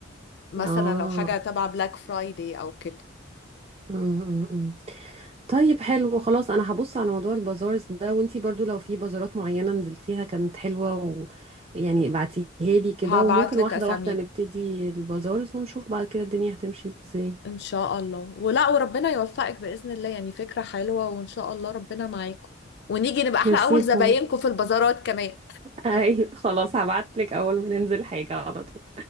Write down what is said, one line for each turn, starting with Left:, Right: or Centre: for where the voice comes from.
Left: مثلا
Right: اه
Left: لو حاجة تبع بلاك فرايدي او كده
Right: مم، مم. طيب حلو خلاص انا هبص على موضوع البازارز ده وانتي برضو لو في بازارات معينة نزلتيها كانت حلوة و يعني ابعتيها لي كده
Left: هبعت
Right: وممكن
Left: لك
Right: واحدة
Left: اسامي
Right: واحدة نبتدي البازارز ونشوف بعد كده الدنيا هتمشي ازاي
Left: ان شاء الله ولا وربنا يوفقك باذن الله يعني فكره حلوه وان شاء الله ربنا معاكم ونيجي نبقى احنا
Right: ميرسي
Left: اول زباينكم
Right: خالص
Left: في البازارات كمان
Right: اي خلاص هبعتلك اول ما ننزل حاجة على طول